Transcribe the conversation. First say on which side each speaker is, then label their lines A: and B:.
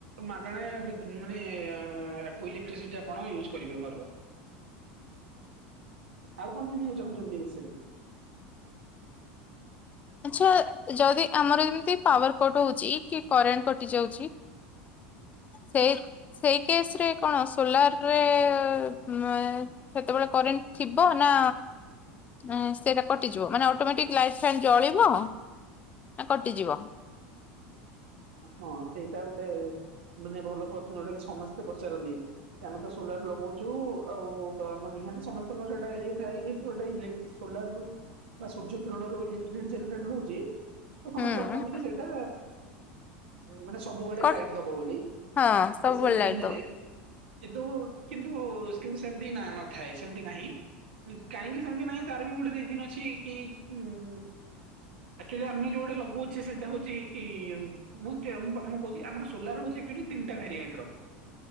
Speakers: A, on the right; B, on the left.
A: ମାଗଣା ବି ମାନେ ବିଦୁତ୍ କୋଉ ଇଲେକ୍ଟ୍ରିସିଟି ଆପଣ ୟୁଜ୍ କରିବେ ଘରର। ଆଉ କଣ ଜାଣିବାକୁ ଚାହୁଁଚନ୍ତି ଏ ବିଷୟରେ?
B: ଆଚ୍ଛା ଯଦି ଆମର ଯେମତି ପାୱାର କଟ ହୋଉଚି କି କରେଣ୍ଟ କଟିଯାଉଚି ସେଇ ସେଇ କେସ ରେ କଣ ସୋଲାର ରେ ସେତେବେଳେ କରେଣ୍ଟ ଥିବ ନା ନା ସେଇଟା କଟିଯିବ ମାନେ ଅଟୋମେଟିକ୍ ଲାଇଫ୍ ଫାଇନ୍ ଜଳିବ ନା କଟିଯିବ
A: ହଁ ସେଇଟା ଗୋଟେ ମାନେ ଭଲ ପ୍ରଶ୍ନ ଯୋଉଟା କି ସମସ୍ତେ ପଚାରନ୍ତିି। ଆମେ ତ ସୋଲାର ଲଗଉଛୁ ଆଉ ତ ଆମର ନିହାତି ସମସ୍ତଙ୍କର ସେଇଟା ଇଏ ଥାଏ ଯୌଟା ଇଲେକ୍ଟ୍ରି ସୋଲାର ରୁ ବା ସୂର୍ଯ୍ୟ କିରଣରୁ ଇଲେଟ୍ରି ଜିଡି ଜେନେଲେଟର ହଉଛି ତ
B: ହୁଁ
A: ସମସ୍ତେ ଭାବନ ସେଇଟା ମାନେ ସବୁବେଳେ
B: କ
A: ଲାଇଟ ଦବ ବୋଲି ସ୍ପେସିଆଲି
B: ହଁ ସବୁବେଳେ ଲାଇଟ୍
A: ଦିନରେ
B: ଦବ
A: କିନ୍ତୁ କିନ୍ତୁ କିନ୍ତୁ ସେମତି ନା ନଥାଏ ସେମତି ନାହିଁ। କାହିଁକି ସେମିତି ନାହିଁ ତାର ବି ଗୋଟେ ରିଜନ ଅଛି କି ଉଁ ଆଚୁଆଲି ଆମେ ଯୋଉଟା ଲଗାଉଛେ ସେଇଟା ହଉଛି ଇ ମୁଁଁ ଚ ପ୍ରଥମେ କହୁଛି ଆମର ସୋଲାର ହଉଛି ତିନିଟା ଭାରିଏଣ୍ଟ ର